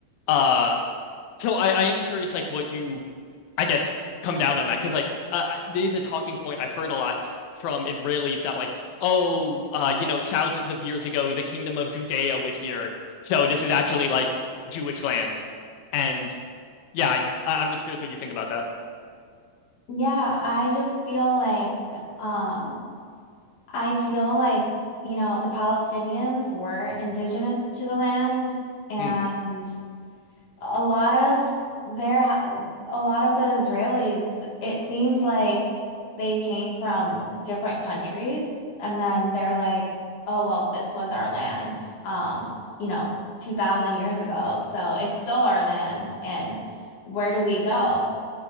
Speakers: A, on the left; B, on the left.
A: uh so I, I am curious, like, what you, I guess, come down on that. Because, like, uh, I- there's a talking point I've heard a lot from Israelis that, like, oh, uh, you know, thousands of years ago, the kingdom of Judea was here. So this is actually, like, Jewish land. And yeah, I, I- I'm just curious what you think about that.
B: Yeah, I just feel like um I feel like, you know, the Palestinians were indigenous to the land and
A: Hmm,
B: a lot of their a lot of the Israelis, it seems like they came from different countries and then they're like, oh well, this was our land, um, you know, 2000 years ago. So it's still our land and where do we go?